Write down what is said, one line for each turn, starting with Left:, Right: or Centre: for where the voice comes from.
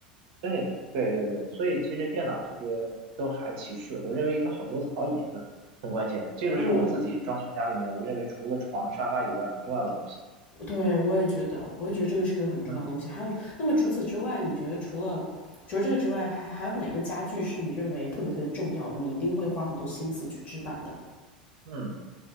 Right: 对对对对，所以其实电脑这些都还其次，我认为一个好桌子、好椅子很关键，这个是我自己装修家里面，
Left: 嗯，
Right: 我认为除了床、沙发以外很重要的东西。
Left: 对，我也觉得，我也觉得这个是个很重要的东西。
Right: 嗯
Left: 还有，那么除此之外，你觉得除了除了这个之外，还还有哪个家具是你认为特别特别重要的你一定会花很多心思去置办的？
Right: 嗯。